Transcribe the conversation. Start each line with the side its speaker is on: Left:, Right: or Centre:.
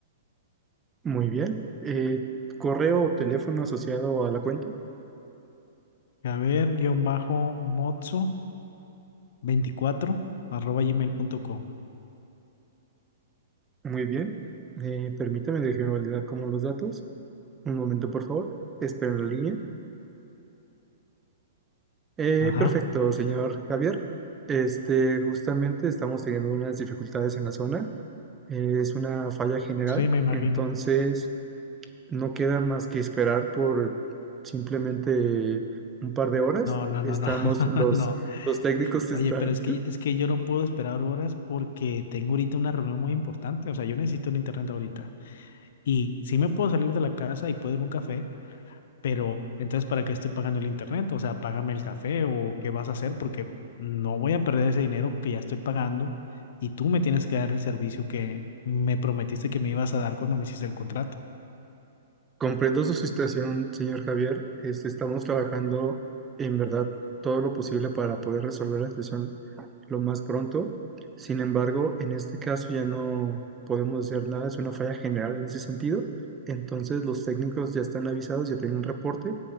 Right: Muy bien. Eh, correo o teléfono asociado a la cuenta.
Left: javier motzo veinticuatro arroba gmail.com.
Right: Muy bien. Eh, permítame, déjeme validar como los datos. Un momento, por favor. Espero en la línea. Eh,
Left: Ajá,
Right: perfecto, señor Javier. Este, justamente estamos teniendo unas dificultades en la zona. eh, es una falla general,
Left: sí, me imagino.
Right: entonces no queda más que esperar por simplemente un par de horas.
Left: No, no,
Right: Estamos,
Left: no, no, <laughs>
Right: los,
Left: no.
Right: los técnicos
Left: Oye,
Right: están,
Left: pero es que, es que yo no puedo esperar horas porque tengo ahorita una reunión muy importante. O sea, yo necesito el internet ahorita. Y sí me puedo salir de la casa y puedo ir a un café, Pero entonces, ¿para qué estoy pagando el internet? O sea, págame el café o qué vas a hacer porque no voy a perder ese dinero que ya estoy pagando y tú me tienes que dar el servicio que me prometiste que me ibas a dar cuando me hiciste el contrato.
Right: comprendo su situación, señor Javier, este, estamos trabajando en verdad todo lo posible para poder resolver la situación lo más pronto. Sin embargo, en este caso ya no podemos hacer nada, es una falla general en ese sentido. Entonces los técnicos ya están avisados, ya tienen un reporte